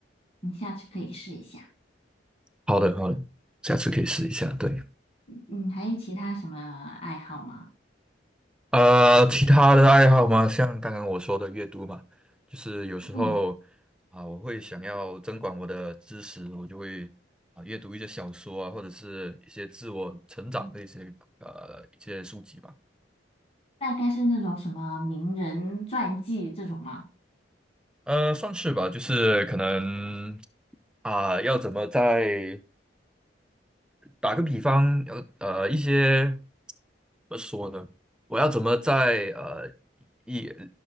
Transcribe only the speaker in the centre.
好的好的，下次可以试一下。对，
呃，其他的爱好吗？像刚刚我说的阅读嘛，就是有时候
啊、我会想要增广我的知识，我就会啊、阅读一些小说啊，或者是一些自我成长的一些呃一些书籍吧。
呃，算是吧，就是可能啊、要怎么在打个比方，呃呃，一些怎么说呢？我要怎么在呃一